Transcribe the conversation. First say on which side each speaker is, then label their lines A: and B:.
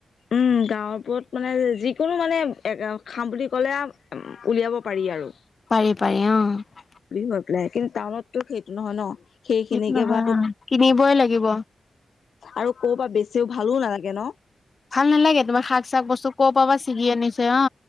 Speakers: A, on the left; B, on the left.
A: উম গাঁৱবোৰত মানে যিকোনো মানে খাম বুলি ক'লে উলিয়াব পাৰি আৰু।
B: পাৰি পাৰি অ,
A: বুলি হৈ পেলাই কিন্তু টাউনতো সেইটো নহয় ন। সেইখিনিকে
B: সেইটো নহয়
A: বাৰু
B: অ কিনিবই লাগিব
A: আৰু কৰ পা বেছি ভালো নালাগে ন?
B: ভাল নালাগে তোমাৰ শাক চাক বস্তু ক'ৰ পৰা বা ছিগি আনিছে অ।